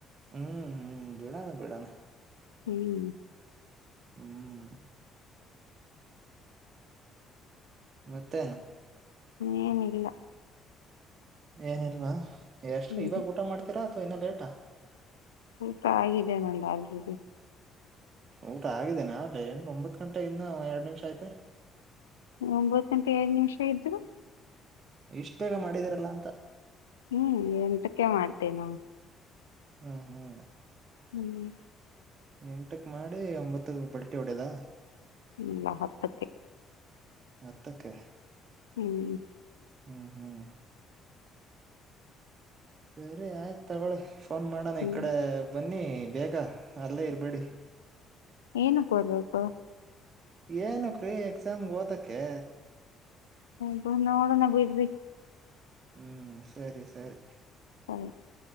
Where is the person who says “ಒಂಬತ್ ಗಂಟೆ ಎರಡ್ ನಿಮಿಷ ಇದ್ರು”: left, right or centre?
Left